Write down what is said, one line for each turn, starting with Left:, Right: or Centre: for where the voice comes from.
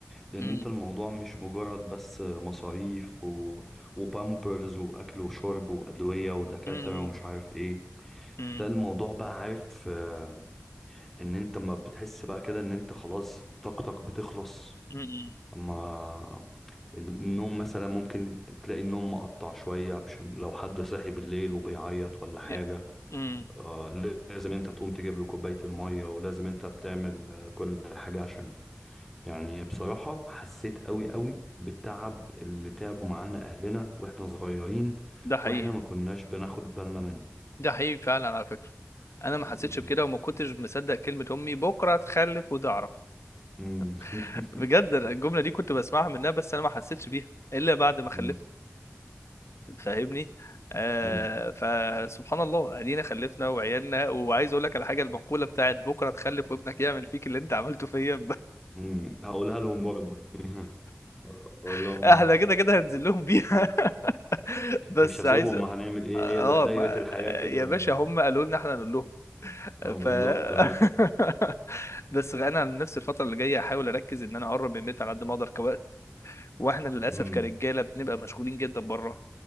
Centre: لأن
Left: مم.
Centre: أنت الموضوع مش مجرد بس مصاريف و... وبامبرز وأكل وشرب وأدوية ودكاترة
Left: مم.
Centre: ومش عارف إيه
Left: مم.
Centre: ده الموضوع بقى عارف آه إن أنت ما بتحس بقى كده إن أنت خلاص طاقتك بتخلص
Left: مم.
Centre: أما النوم مثلا ممكن تلاقي النوم مقطع شوية عشان لو حد صاحي بالليل وبيعيط ولا حاجة
Left: Yeah. مم.
Centre: آه لازم انت تقوم تجيب له كوباية المية ولازم انت بتعمل آه، كل حاجة عشان يعني بصراحة حسيت قوي قوي بالتعب اللي تعبوا معانا اهلنا واحنا صغيرين
Left: ده حقيقي
Centre: واحنا ما كناش بناخد بالنا منه
Left: ده حقيقي فعلا على فكرة انا ما
Centre: مم.
Left: حسيتش بكده وما كنتش مصدق كلمة امي بكرة هتخلف وتعرف
Centre: مم.
Left: <laughs>
Centre: <laughs>
Left: بجد أنا الجملة دي كنت بسمعها منها بس انا ما حسيتش بيها الا بعد ما خلفت
Centre: مم.
Left: فاهمني آه
Centre: مم.
Left: فسبحان الله ادينا خلفنا وعيالنا وعايز اقول لك على حاجه المقوله بتاعت بكره تخلف وابنك يعمل فيك اللي انت عملته فيا ب-
Centre: مم. هقولها لهم برضه <laughs> اقول
Left: <laughs>
Centre: لهم
Left: احنا كده كده هنزل لهم بيها <laughs> بس
Centre: مش هسيبهم
Left: عايز
Centre: ما هنعمل ايه
Left: اه
Centre: هي دا- دايرة
Left: ما...
Centre: الحياة كده
Left: يا
Centre: بقى
Left: باشا
Centre: يعني.
Left: هم قالوا لنا احنا نقول لهم
Centre: اه بالظبط
Left: ف
Centre: <laughs>
Left: <laughs> بس انا عن نفسي الفتره اللي جايه هحاول اركز ان انا اقرب من البيت على قد ما اقدر كوقت واحنا للاسف
Centre: امم
Left: كرجاله بنبقى مشغولين جدا بره